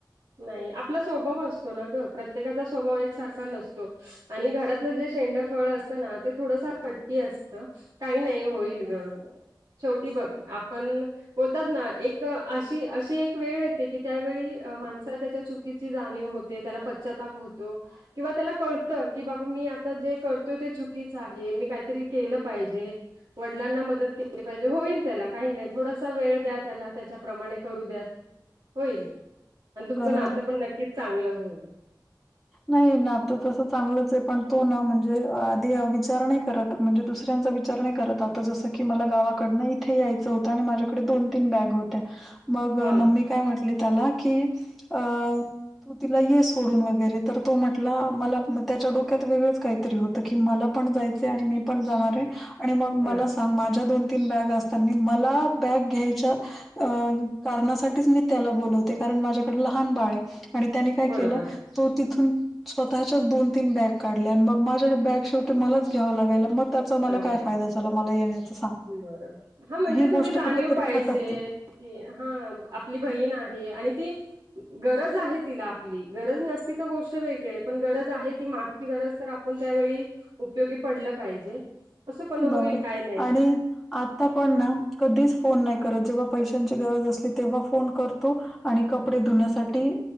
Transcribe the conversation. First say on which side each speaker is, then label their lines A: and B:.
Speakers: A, on the right; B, in the centre.
A: नाही आपला स्वभाव असतो ना ग प्रत्येकाचा स्वभाव एकसारखा नसतो..... आणि घरातलं जे शेंड फळ असतं ना ते थोडस... हट्टी असत काही नाही होईल ग शेवटी बघ आपण... बोलतात ना एक अशी अशी एक वेळ येते की त्यावेळी मान..... त्याच्या चुकीची जाणीव होते त्याला पश्चताप होतो..... किंवा त्याला कळतं की बाबा मी आता जे करतोय ते चुकीच आहे मी काहीतरी केलं पाहिजे.... वडिलांना मदत केली पाहिजे होईल त्याला काही नाही थोडासा वेळ द्या त्याला त्याच्याप्रमाणे करू द्या..... होईल आणि तुमचं
B: बरोबर
A: नातं
B: आहे.
A: पण नक्कीच चांगलं होईल
B: नाही ना आता तसं चांगलंच आहे पण तो ना म्हणजे आधी विचार नाही करत म्हणजे दुसऱ्यांचा विचारणे करत आता जसं की मला गावाकडनं इथे यायचं होतं आणि माझ्याकडे दोन तीन बॅग होत तर मग
A: हा
B: मम्मी काय म्हटली त्याला की अ तू तिला ये सोडून वगैरे तर तो म्हटला मला त्याच्या डोक्यात वेगळंच काहीतरी होतं की मला पण जायचंय आणि मी पण जाणार आहे आणि मग
A: हा
B: मला सांग माझ्या दोन तीन बॅग असतानी मला बॅग घ्यायच्या अ कारणासाठीच मी त्याला बोलवते कारण माझ्याकडे लहान बाळ आहे आणि त्यानी काय
A: बरोबर
B: केलं तो तिथून स्वतःच्याच दोन तीन बॅग काढले आणि मग माझ्या बॅग शेवटी मलाच घ्यावा लागायला मग त्याचा मला
A: अरे
B: काय फायदा झाला मला येण्या याच सांग
A: बरोबर. हा म्हणजे
B: मग ही
A: थोडी
B: गोष्ट
A: जाणीव
B: कुठेतरी
A: पाहिजे
B: खटपतील
A: हा आपली बहीण आहे आणि ती गरज आहे तिला आपली गरज नसती तर गोष्ट वेगळी पण गरज आहे ती माग गरज तर आपण त्यावेळी उपयोगी पडलं पाहिजे असं पण होईल
B: बरोबर
A: काय नाही.
B: आणि आता पण ना कधीच फोन नाही करत जेव्हा पैशांची गरज असली तेव्हा फोन करतो आणि कपडे धुण्यासाठी